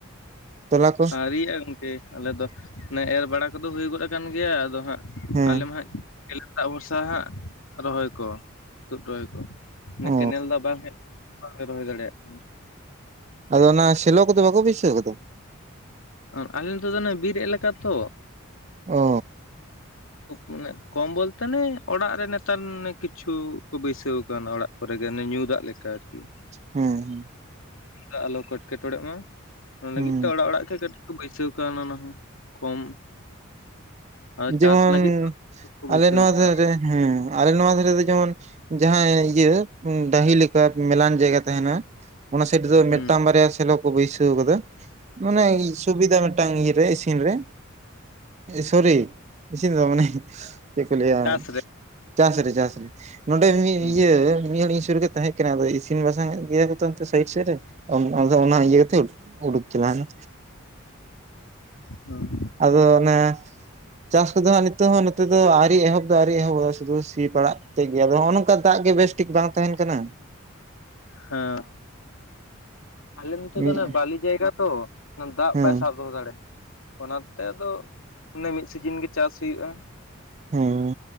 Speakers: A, on the right; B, on the left.
A: ᱛᱚᱞᱟ ᱠᱚ
B: ᱟᱹᱨᱤᱭᱟᱜᱼᱟ ᱜᱚᱝᱠᱮ ᱟᱞᱮ ᱫᱚ ᱚᱱᱮ ᱮᱨ ᱵᱟᱲᱟ ᱠᱚᱫᱚ ᱦᱩᱭ ᱜᱚᱫ ᱟᱠᱟᱱ ᱜᱮᱭᱟ ᱟᱫᱚ ᱦᱟᱸᱜ
A: ᱦᱮᱸ
B: ᱟᱞᱮ ᱢᱟ ᱦᱟᱸᱜ ᱞᱛᱟᱜ ᱵᱷᱚᱨᱥᱟ ᱦᱟᱸᱜ ᱨᱚᱦᱚᱭ ᱠᱚ ᱛᱩᱫ ᱨᱚᱦᱚᱭ ᱠᱚ ᱚᱱᱮ
A: ᱚ
B: ᱠᱮᱱᱮᱞ ᱫᱟᱜ ᱵᱟᱝ ᱦᱮᱡ ᱵᱟᱞᱮ ᱨᱚᱦᱚᱭ ᱫᱟᱲᱮᱭᱟᱜ ᱠᱟᱱᱟ
A: ᱟᱫᱚ ᱚᱱᱟ ᱥᱮᱞᱚ ᱠᱚᱫᱚ ᱵᱟᱠᱚ ᱵᱟᱹᱭᱥᱟᱹᱣ ᱠᱟᱫᱟ
B: ᱟᱨ ᱟᱞᱮ ᱱᱚᱛᱮ ᱫᱚ ᱵᱤᱨ ᱮᱞᱟᱠᱟ ᱛᱚ
A: ᱚ
B: ᱢᱟᱱᱮ ᱠᱚᱞ ᱵᱚᱞᱛᱮ ᱱᱮ ᱚᱲᱟᱜ ᱨᱮ ᱱᱮᱛᱟᱨ ᱠᱤᱪᱷᱩ ᱠᱚ ᱵᱟᱹᱭᱥᱟᱹᱣ ᱠᱟᱱᱟ ᱚᱲᱟᱜ ᱠᱚᱨᱮ ᱜᱮ ᱟᱱᱮ ᱧᱩ ᱫᱟᱜ ᱞᱮᱠᱟ ᱟᱨᱠᱤ
A: ᱦᱮᱸ ᱦᱮᱸ
B: ᱧᱩ ᱫᱟᱜ ᱟᱞᱚ ᱠᱚ ᱮᱴᱠᱮᱴᱚᱬᱮᱜ ᱢᱟ ᱚᱱᱟ
A: ᱦᱮᱸ
B: ᱞᱟᱹᱜᱤᱫ ᱛᱮ ᱚᱲᱟᱜ ᱚᱲᱟᱜ ᱜᱮ ᱠᱟᱴᱤᱡ ᱵᱟᱹᱭᱥᱟᱹᱣ ᱠᱟᱣ ᱱᱟ ᱚᱱᱟ ᱦᱚ ᱠᱚᱢ ᱟᱨ
A: ᱡᱮᱢᱚᱱ
B: ᱪᱟᱥ ᱞᱟᱹᱜᱤᱫ ᱠᱚ
A: ᱟᱞᱮ
B: ᱵᱟᱹᱭᱥᱟᱹᱣ
A: ᱱᱚᱣᱟ
B: ᱠᱟᱜᱼᱟ
A: ᱫᱷᱟᱨᱮ ᱨᱮ ᱦᱮᱸ ᱟᱞᱮ ᱱᱚᱣᱟ ᱫᱷᱟᱨᱮ ᱫᱚ ᱡᱮᱢᱚᱱ ᱡᱟᱦᱟᱸ ᱤᱭᱟᱹ ᱰᱟᱹᱦᱤ ᱞᱮᱠᱟ ᱢᱮᱞᱟᱱ ᱡᱟᱭᱜᱟ ᱛᱟᱦᱮᱱᱟ ᱚᱱᱟ ᱥᱮᱪ ᱨᱮ ᱫᱚ
B: ᱦᱩᱸ
A: ᱢᱤᱫᱴᱟᱝ ᱵᱟᱨᱭᱟ ᱥᱮᱞᱚ ᱠᱚ ᱠᱚ ᱵᱟᱹᱭᱥᱟᱹᱣ ᱠᱟᱫᱟ ᱢᱟᱱᱮ ᱥᱩᱵᱤᱫᱷᱟ ᱢᱤᱫᱴᱟᱝ ᱤᱭᱟᱹ ᱨᱮ ᱤᱥᱤᱱ ᱨᱮ ᱥᱚᱨᱤ ᱤᱥᱤᱱ ᱨᱮᱫᱚ ᱵᱟᱝ ᱢᱟᱱᱮ ᱪᱮᱫ ᱠᱚᱞ ᱞᱟᱹᱭᱼᱟ
B: ᱪᱟᱥ ᱨᱮ
A: ᱪᱟᱥ ᱨᱮ ᱪᱟᱥ ᱨᱮ ᱱᱚᱰᱮ
B: ᱦᱩᱸ
A: ᱤᱭᱟᱹ ᱢᱤᱫ ᱦᱚᱲ ᱤᱧ ᱥᱩᱨ ᱨᱮ ᱜᱮ ᱛᱟᱦᱮᱸ ᱠᱟᱱᱟ ᱤᱥᱤᱱ ᱵᱟᱥᱟᱝ ᱮᱫ ᱜᱮᱭᱟ ᱚᱱᱛᱮ ᱚᱲᱟ ᱥᱟᱭᱤᱰ ᱥᱮᱪ ᱨᱮ ᱟᱫᱚ ᱚᱱᱟ ᱤᱭᱟᱹ ᱠᱟᱛᱮ ᱩᱰᱩᱠ ᱪᱟᱞᱟᱱᱟ
B: ᱦᱸ
A: ᱟᱫᱚ ᱚᱱᱮ ᱪᱟᱥ ᱠᱚᱫᱚ ᱦᱟᱸᱜ ᱱᱤᱛᱚᱜ ᱦᱚᱸ ᱱᱚᱛᱮ ᱫᱚ ᱟᱹᱣᱨᱤ ᱮᱦᱚᱵ ᱫᱚ ᱟᱹᱣᱨᱤ ᱮᱦᱚᱵᱚᱜ-ᱟ ᱥᱩᱫᱷᱩ ᱥᱤ ᱯᱟᱲᱟᱜ ᱴᱷᱤᱠ ᱜᱮᱭᱟ ᱟᱫᱚ ᱱᱚᱜᱼᱚ ᱱᱚᱝᱠᱟ ᱫᱟᱜ ᱜᱮ ᱵᱮᱥᱴᱷᱤᱠ ᱵᱟᱝ ᱛᱟᱦᱮᱱ ᱠᱟᱱᱟ
B: ᱦᱮᱸ ᱟᱞᱮ ᱱᱚᱛᱮ
A: ᱢᱤᱫ
B: ᱫᱚ ᱵᱟᱞᱤ ᱡᱟᱭᱜᱟ ᱛᱚ ᱚᱱᱟ ᱫᱟᱜ
A: ᱦᱮᱸ
B: ᱵᱟᱭ ᱥᱟᱵ ᱫᱚᱦᱚ ᱫᱟᱲᱮᱭᱟᱜ-ᱟ ᱚᱱᱟᱛᱮ ᱟᱫᱚ ᱚᱱᱮ ᱢᱤᱫ ᱥᱤᱡᱤᱱ ᱜᱮ ᱪᱟᱥ ᱦᱩᱭᱩᱜᱼᱟ
A: ᱦᱮᱸ